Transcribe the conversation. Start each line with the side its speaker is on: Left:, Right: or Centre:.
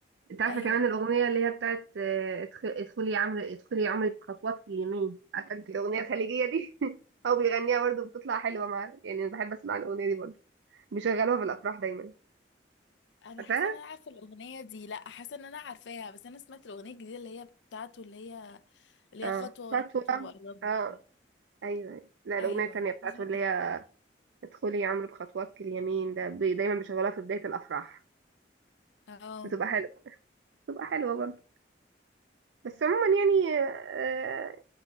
Right: انت عارفه
Left: ايوه
Right: كمان الاغنيه اللي هي بتاعت آه، أدخ- ادخلي يا عمرو ادخلي يا عمرو بخطوات اليمين عارفه انت الاغنيه الخليجيه دي <laughs> هو بيغنيها برضه بتطلع حلوه مع يعني انا بحب اسمع الاغنيه دي برضه بيشغلوها في الافراح دايما
Left: انا
Right: عارفاها
Left: حاسه ان انا عارفه الاغنيه دي لا حاسه ان انا عارفاها بس انا سمعت الاغنيه الجديده اللي هي بتاعته اللي هي اللي
Right: اه
Left: هي خطوه ورا
Right: خطوه
Left: خطوه وقرب
Right: اه
Left: لي دي
Right: ايوه أيوة. لا الاغنيه
Left: ايوه
Right: التانيه بتاعته
Left: بالظبط.
Right: اللي هي ادخلي يا عمرو بخطواتك اليمين ده بي- دايما بيشغلوها في بدايه الافراح
Left: اه
Right: بتبقى حلوه بتبقى حلوه برضه بس عموما يعني آه،